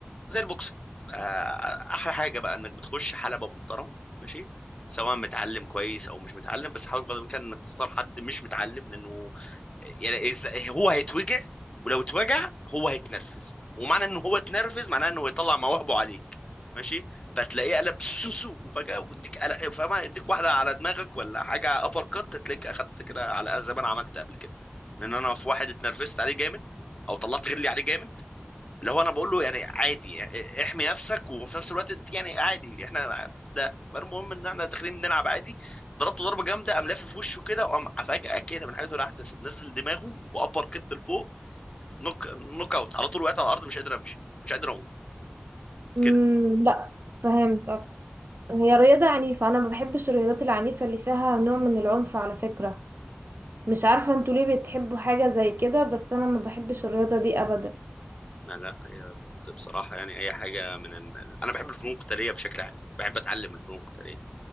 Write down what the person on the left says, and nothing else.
زي البوكسنج آه، احلى حاجه بقى انك بتخش حلبه محترمه ماشي سواء متعلم كويس او مش متعلم بس حاول بقدر الامكان انك تختار حد مش متعلم لانه يعني إذا هو هيتوجع ولو اتوجع هو هيتنرفز ومعنى ان هو اتنرفز معناه انه يطلع مواهبه عليك ماشي فتلاقيه قلب سوسو وفجاه ويديك قلق فما يديك واحده على دماغك ولا حاجه ابر كات تلاقيك اخدت كده على زي ما انا عملت قبل كده لان انا في واحد اتنرفزت عليه جامد او طلعت غلي عليه جامد اللي هو انا بقول له يعني عادي يعني احمي نفسك وفي نفس الوقت انت يعني عادي احنا ده المهم ان احنا داخلين بنلعب عادي ضربته ضربه جامده قام لافف في وشه كده وقام فجاه كده من حيث لا يحتسب نزل دماغه وابر كت لفوق نوك نوك اوت على طول وقعت على الارض مش قادر امشي مش قادر اقوم
كده
لا لا هي بصراحه يعني اي حاجه من ال... انا بحب الفنون القتاليه بشكل عام بحب اتعلم الفنون القتاليه